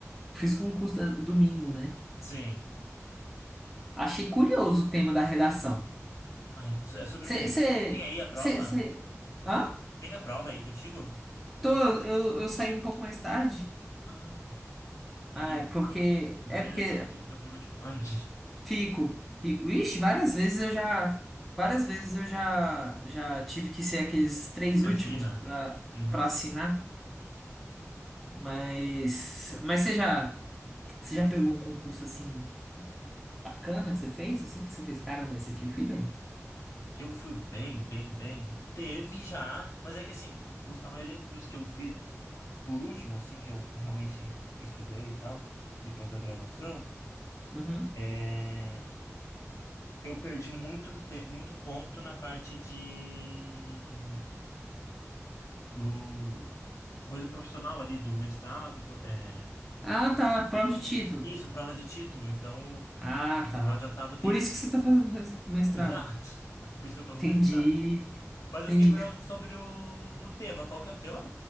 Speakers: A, in the centre; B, on the left.
A: fiz concurso da- domingo, né?
B: sim.
A: Achei curioso o tema da redação.
B: Ai, isso é sobre
A: Você
B: o quê? Você tem aí a prova?
A: você você Hã?
B: Tem a prova aí contigo?
A: Tô, eu, eu saí um pouco mais tarde.
B: Ah. Aquele
A: Ah, é
B: que,
A: porque é porque
B: é daquele que fica por último. Ah, <laughs>
A: Fico, fico. Ixi, várias vezes eu já, várias vezes eu já, já tive que ser aqueles três
B: que
A: últimos
B: assina.
A: para
B: Uhum.
A: para assinar, mas, mas você já, você já pegou um concurso assim bacana que você fez, assim que você fez, caramba, esse aqui eu fui bem.
B: Que eu fui bem, bem, bem. Teve já, mas é que assim, os- a maioria dos que eu fiz por último, assim, que eu realmente estudei e tal, depois da graduação,
A: Uhum.
B: é, eu perdi muito, te- muito ponto na parte de do coisa profissional ali, do mestrado, pro- é,
A: Ah, tá, prova de título.
B: isso, provas de título, então
A: Ah,
B: não
A: tá.
B: adiantava ter
A: Por isso
B: ido
A: que você tá fazendo mes- mestrado.
B: Exato. <laughs> Por isso que eu tô no
A: Entendi,
B: mestrado. Mas eu
A: entendi.
B: fiquei curioso sobre o, o tema. Qual que é o tema?